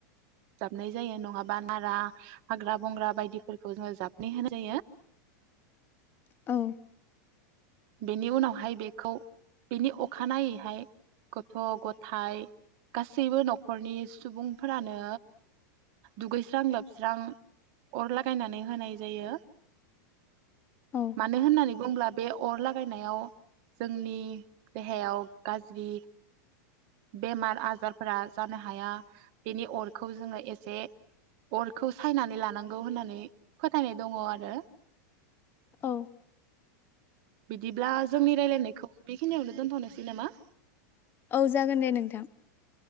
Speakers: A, on the right; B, on the left.
A: जाबनाय जायो नङाबा नारा हाग्रा बंग्रा बायदिफोरखौ जोङो जाबनानै होनाय जायो।
B: औ
A: बेनि उनावहाय बेखौ बेनि अखानायैहाय गथ' गथाय गासैबो नखरनि सुबुंफोरानो दुगैस्रां लोबस्रां अर लागायनानै होनाय जायो।
B: औ
A: मानो होन्नानै बुंब्ला अर लागायनायाव जोंनि देहायाव गाज्रि बेमार आजारफोरा जानो हाया बेनि अरखौ जोङो एसे अरखौ सायनानै लानांगौ होन्नानै फोथायनाय दङ आरो।
B: औ।
A: बिदिब्ला जोंनि रायलायनायखौ बेखिनियावनो दोनथनोसै नामा।
B: औ जागोन दे नोंथां।